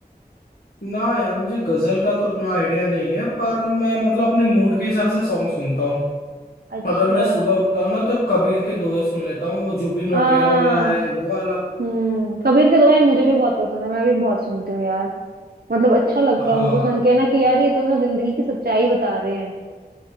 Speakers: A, on the left; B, on the right.
A: ना यार मुझे गजल का तो उतना आइडिया नहीं है पर मैं मतलब अपने मूड के हिसाब से सॉन्ग सुनता हूँ
B: अच्छा
A: अगर मैं सुबह उठता हूँ ना तो कबीर के दोहे सुन लेता हूँ वो जुबिन नौटियाल
B: हाँ
A: वाला है वो वाला
B: हम्म कबीर के दोहे मुझे भी बहुत पसंद है मैं भी बहुत सुनती हूँ यार मतलब अच्छा लगता
A: हाँ
B: है उनको सुन के ना कि यार ये तो ना जिंदगी की सच्चाई बता रहे हैं